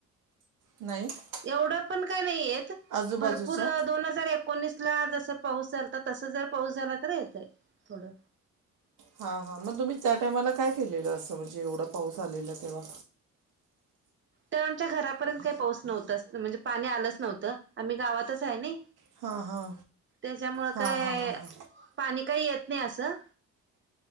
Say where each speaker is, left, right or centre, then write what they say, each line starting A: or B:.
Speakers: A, on the right; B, on the right.
A: नाही <unintelligible>
B: एवढं पण काय नाहीेत
A: आजूबाजूच्या
B: भरपूर दोन हजार एकोणीस ला जस पाऊस चालत तस जर पाऊस झाला तर येतय थोडं
A: हा हा मग तुम्ही त्या टायमाला काय केलेलं असं म्हणजे एवढा पाऊस आलेला तेव्हा
B: तर आमच्या घरापर्यंत काही पाऊस नव्हताच म्हणजे, पाणी आलंच नव्हतं. आम्ही गावातच आहे ना.
A: हा हा
B: त्याच्यामुळ
A: हा
B: काय,
A: हा हा हा
B: पाणी काही येत नाही असं.